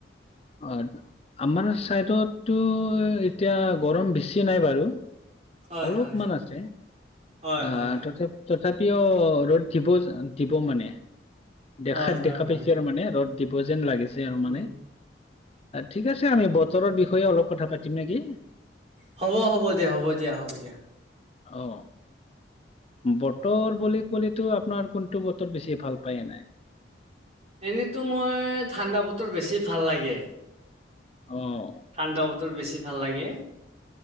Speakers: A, on the left (about 30°); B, on the right (about 35°).
A: অ আমাৰ চাইডতো এতিয়া গৰম বেছি নাই বাৰু।
B: হয়
A: অলপমান
B: হয় হয়
A: আছে,
B: হয়
A: আহ
B: হয় হয়
A: তথাপ তথাপিও ৰ'দ দিব দিব মানে দেখাত
B: হয় হয়
A: দেখা
B: হয়
A: পাইছে আৰু মানে ৰ'দ দিব যেন লাগিছে আৰু
B: উম
A: মানে। ঠিক আছে আমি বতৰৰ বিষয়ে অলপ কথা পাতিম নেকি।
B: হ'ব-হ'ব দেয়া হ'ব দিয়া হ'ব দিয়া।
A: অ। বতৰ বুলি ক'লেতো আপোনাৰ কোনটো বতৰ বেছি ভাল পায়ে এনে?
B: এনেইতো মই ঠাণ্ডা বতৰ বেছি ভাল লাগে।
A: অ',
B: ঠাণ্ডা বতৰ বেছি ভাল লাগে।